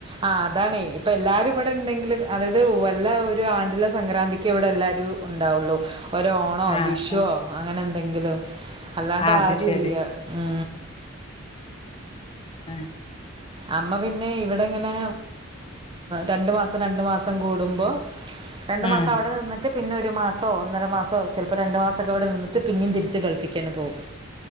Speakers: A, on the right; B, on the left.
A: ആ അതാണേ ഇപ്പൊ എല്ലാരും ഇവിടെ ഉണ്ടെങ്കില് അതായത് വല്ല ഒരു ആണ്ടിലെ സംക്രാന്തിക്ക് ഇവിടെ എല്ലാരും ഒണ്ടാവുള്ളു ഒര് ഓണോ
B: ആഹ്
A: വിഷുവോ
B: ആഹ്
A: അങ്ങനെ എന്തെങ്കിലും അല്ലാണ്ട്
B: അത്
A: ആരു
B: ശരി
A: ഇല്ല ഉ
B: ആ
A: അമ്മ പിന്നെ ഇവിടെ ഇങ്ങനെ രണ്ട് മാസം രണ്ട് മാസം കൂടുമ്പോ രണ്ടു
B: ഉം
A: മാസം അവിടെ നിന്നിട്ട് പിന്നെ ഒരു മാസോ ഒന്നര മാസോ ചെലപ്പോ രണ്ട് മാസമൊക്കെ ഇവിടെ നിന്നിട്ട് പിന്നെയും തിരിച്ച് ഗൾഫിക്ക് തന്നെ പോവും